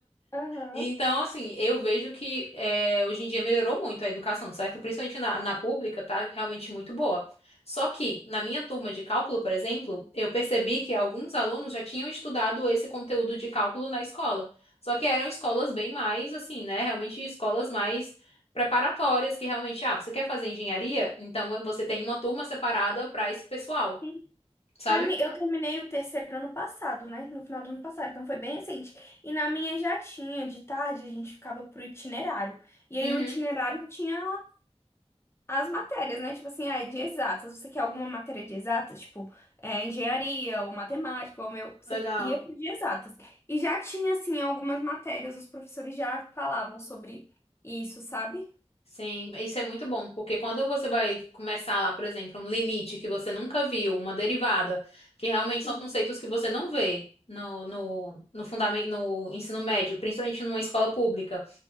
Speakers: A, on the left; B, on the left.
A: Aham.
B: Então, assim, eu vejo que eh, hoje em dia melhorou muito a educação, certo? Principalmente na, na pública, tá realmente muito boa. Só que, na minha turma de cálculo, por exemplo, eu percebi que alguns alunos já tinham estudado esse conteúdo de cálculo na escola. Só que eram escolas bem mais, assim, né? Realmente escolas mais preparatórias, que realmente, ah, você quer fazer engenharia? Então você tem uma turma separada para esse pessoal,
A: Sim.
B: sabe?
A: Na mi- Eu terminei o terceiro ano passado, né? No final do ano passado, então foi bem recente. E na minha já tinha, de tarde a gente ficava pro itinerário. E
B: Uhum,
A: aí o itinerário tinha As matérias, né? Tipo assim, ah, é de exatas. Você quer alguma matéria de exatas? Tipo, é, engenharia ou matemática, ou meu. Você
B: legal.
A: ia pro de exatas. E já tinha, assim, algumas matérias, os professores já falavam sobre isso, sabe?
B: Sim, isso é muito bom, porque quando você vai começar lá, por exemplo, um limite que você nunca viu, uma derivada, que realmente
A: Sim.
B: são conceitos que você não vê no, no, no fundamento, no ensino médio, principalmente numa escola pública.